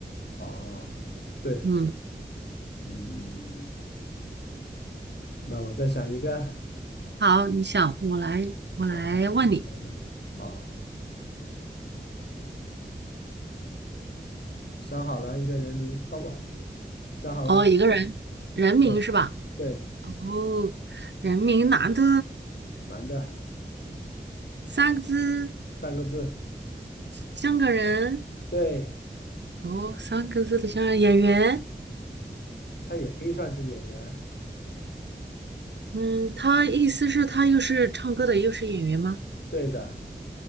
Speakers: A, on the left (about 70°); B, on the right (about 75°).
A: 哦，对。
B: 嗯，
A: 嗯，那我再想一个，
B: 好，你想，我来，我来问你。
A: 想一个什么？哦，想好了一个人名，哦不，想好了，
B: 哦，一个人，人名是吧？
A: 对对，
B: 哦，人名男的，
A: 男的，
B: 三个字，
A: 三个字，
B: 香港人。
A: 对，
B: 哦，三个字的香港演员。
A: 他也可以算是演员，
B: 嗯，他意思是，他又是唱歌的，又是演员吗？
A: 对的，